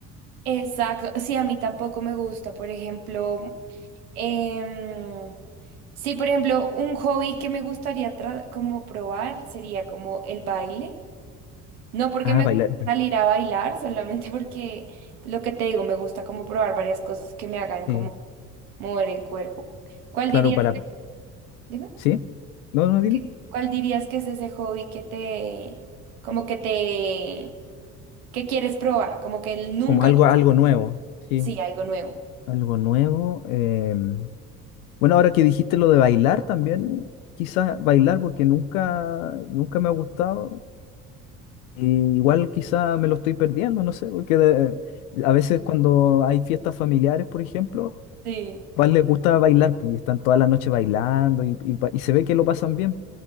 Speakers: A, on the right; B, on the left.
A: Exacto, sí, a mí tampoco me gusta, por ejemplo, em, sí, por ejemplo, un hobby que me gustaría tra- como probar sería como el baile. No porque
B: Ah,
A: me
B: bailar.
A: gusta salir a bailar, solamente <laughs> porque lo que te digo, me gusta como probar varias cosas que me hagan
B: Sí,
A: como mover el cuerpo. ¿Cuál
B: claro,
A: dirías
B: para,
A: que, dime,
B: ¿sí? No, no, dime.
A: ¿Qué- cuál dirías que es ese hobby que te, como que te ¿Qué quieres probar? Como que él nunca
B: Como algo,
A: lo
B: algo
A: hace.
B: nuevo, sí,
A: Sí, algo nuevo.
B: algo nuevo. em, Bueno, ahora que dijiste lo de bailar también, quizás bailar porque nunca, nunca me ha gustado. y igual quizás me lo estoy perdiendo, no sé, porque de- a veces cuando hay fiestas familiares, por ejemplo,
A: Sí,
B: a papás les gusta bailar, pues, y están toda la noche bailando y, y pa- y se ve que lo pasan bien,